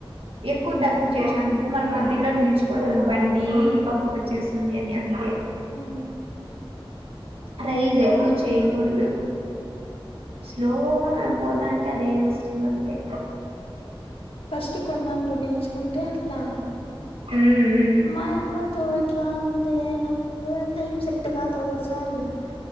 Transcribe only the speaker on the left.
హ్మ్
ఆ
ఫస్ట్ కొన్నాళ్ డూడ్ నేర్చుకుంటే అట్లా
మా ఇబ్బతో ఇట్ల్ అట్లా ఉంటే నాకు టైం సెట్టు కాదు ఒగోసారి ఇగ